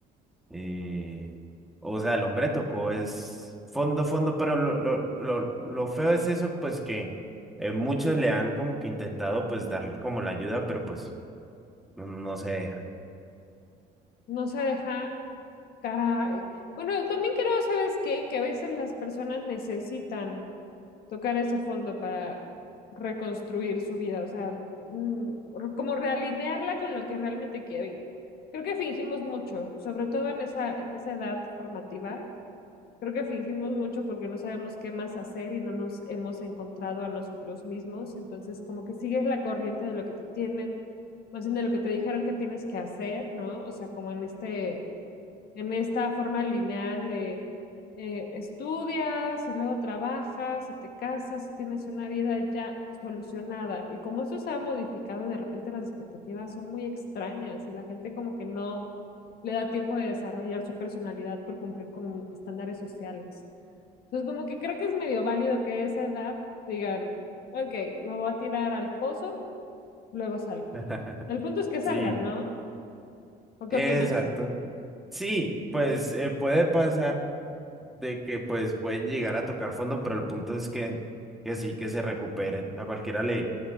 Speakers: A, in the centre; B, on the left.
A: Eh, o sea, el hombre tocó es fondo, fondo, pero lo, lo, lo, lo feo es eso, pues que eh, muchos le han como que intentado pues darle como la ayuda, pero pues no, no se deja.
B: No se deja caray Bueno, yo también creo, ¿sabes qué? Que a veces las personas necesitan tocar ese fondo para reconstruir su vida, o sea, mm, re- como realinearla con lo que realmente quieren. Creo que fingimos mucho, sobre todo en esa, en esa edad formativa. Creo que fingimos mucho porque no sabemos qué más hacer y no nos hemos encontrado a nosotros mismos. Entonces, como que sigues la corriente de lo que te tienen, más bien de lo que te dijeron que tienes que hacer, ¿no? O sea, como en este en esta forma lineal de eh, estudias y luego trabajas y te casas y tienes una vida ya solucionada. Y como eso se ha modificado, de repente las expectativas son muy extrañas y la gente como que no le da tiempo de desarrollar su personalidad por cumplir con estándares sociales. Entonces, como que creo que es medio válido que a esa edad digan, ok, me voy a tirar al pozo, luego salgo.
A: <laughs>
B: El punto es que salgan,
A: Sí,
B: ¿no? ¿O qué
A: exacto.
B: opinas?
A: Sí, pues eh, puede pasar. de que pues pueden llegar a tocar fondo, pero el punto es que, que sí, que se recuperen. A cualquiera le,